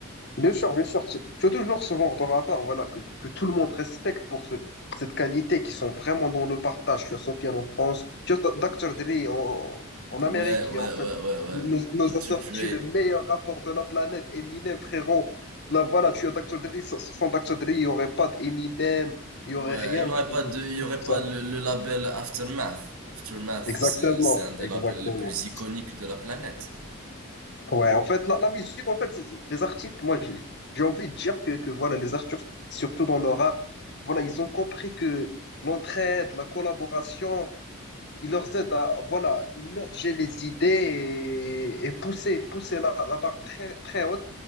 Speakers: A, on the left; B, on the right.
A: Bien sûr, bien sûr. Tu, tu as toujours ce genre de rapport, voilà, que, que tout le monde respecte pour ce, cette qualité, qui sont vraiment dans le partage. Tu as Sofiane en France, tu as Dr. Dre en, en Amérique,
B: ouais
A: qui
B: ouais
A: en fait
B: ouais ouais ouais
A: nous, nous
B: Dr
A: a sorti
B: Dre
A: le meilleur rapport de la planète, Eminem, frérot. Là, voilà, tu as Dr. Dre, sans, sans Dr. Dre, il n'y aurait pas d'Eminem, il n'y aurait
B: ouais
A: rien
B: il y aurait
A: de, de de-
B: pas de il y
A: de
B: aurait
A: tout ça.
B: pas le, le label Aftermath Aftermath
A: Exactement,
B: c'est c'est un des
A: exactement.
B: labels les plus iconiques de la planète
A: Ouais, en fait, la, la musique, en fait, c'est- c'est- les artistes, moi, j'ai j'ai envie de dire que, que voilà, les artistes, surtout dans le rap, voilà, ils ont compris que l'entraide, la collaboration, ils leur aident à, voilà, merger les idées et, et pousser, pousser la, la barre très, très haute